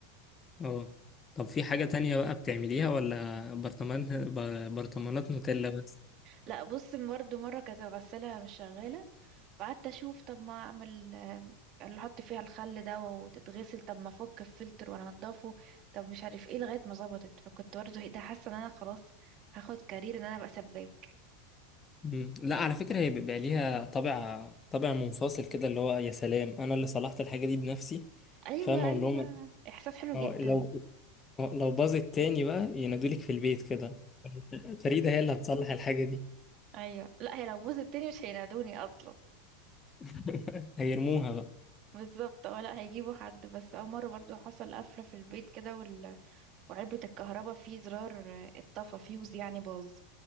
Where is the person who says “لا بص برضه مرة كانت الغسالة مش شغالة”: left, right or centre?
Right